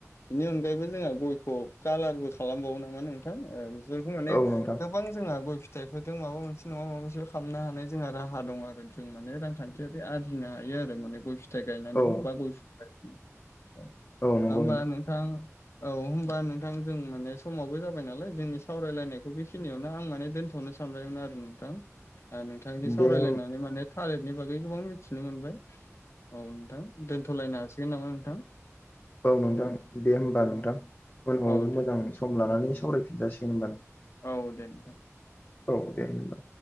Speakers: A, on the left; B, on the left.
A: बिनि अनगायैबो जोंहा गयखौ कालारबो खालामबावो नामा नोंथां ओ <unintelligible> बुंनानै
B: औ नोंथां
A: गोबां जोंहा गय फिथाइफोरजों माबा मोनसे नङा माबा मोनसे खालामनो हानाय जोंहा राहा दं आरो जों माने रांखान जेदे आरजिनो हायो आरो माने गय फि थाइ गायनानैबो
B: औ
A: बा गय <unintelligible>
B: औ नंगौ
A: होमबा नोंथां औ होमबा नोंथां जों माने समावबो जाबाय नालाय जोंनि सावरायलायनायखौ बेखिनियावनो आं माने दोनथ'नो सानबायमोन आरो नोंथां आ नोंथांजों
B: दे
A: सावरायलायनानै
B: औ
A: माने थालिरनि बागै गोबां मिथिनो मोनबाय औ नोंथां दोन्थ'लायनो हासिगोन नामा नोंथां?
B: औ नोंथां दे होमबा नोंथां उनाव
A: औ दे
B: मोजां सम लानानै सावराय फिनजासिगोन होमबा
A: औ दे नोंथां
B: औ दे होनबा